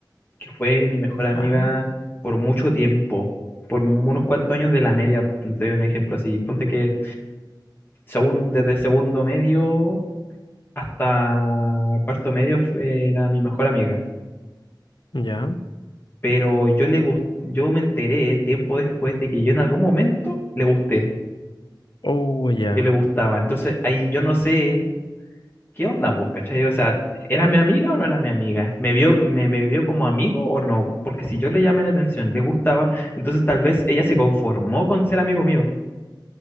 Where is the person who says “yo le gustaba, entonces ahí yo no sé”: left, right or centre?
Left